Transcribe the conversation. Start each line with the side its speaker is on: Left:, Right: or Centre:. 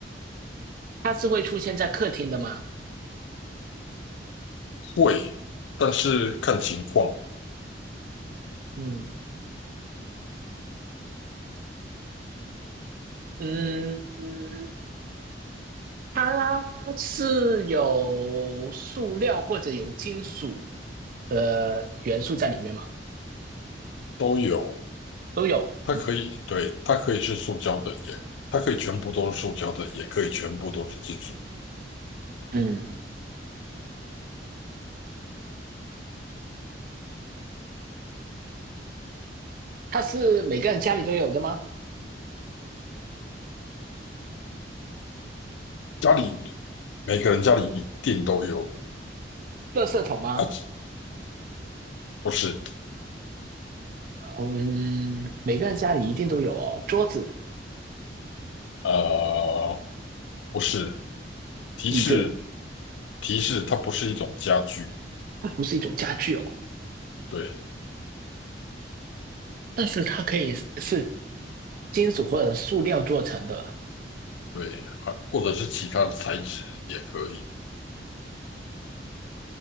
Right: 它是会出现在客厅的吗？
Left: 会，但是看情况
Right: 嗯嗯，它是有塑料或者有金属的元素在里面吗？
Left: 都有，
Right: 都有。
Left: 它可以，
Right: 嗯
Left: 对，它可以是塑胶的，也，它可以全部都是塑胶的，也可以全部都是金属。
Right: 嗯，它是每个人家里都有的吗？
Left: 家里每个人家里一定都有，
Right: 垃圾桶吗？
Left: 啊，不是，
Right: 嗯，每个人家里一定都有哦。桌子、
Left: 呃，不是，提示
Right: 椅子，
Left: 提示，它不是一种家具，
Right: 它不是一种家具哦，
Left: 对
Right: 但是它可以是金属或者塑料做成的，
Left: 对，还或者是其他的材质也可以。